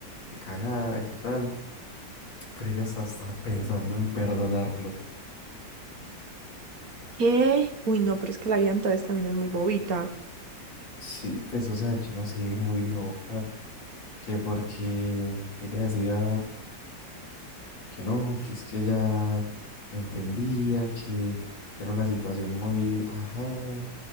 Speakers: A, on the left; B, on the right.
A: que cagada, que tal. Pero ella hasta estaba pensando en perdonarlo.
B: ¿Qué? Uy, no, pero es que la vida entonces también es muy bobita.
A: Sí, pues o sea, yo no sé, muy loca, que porque que ella decía. que no, que es que ella no entendía, que, que era una situación muy, ajá,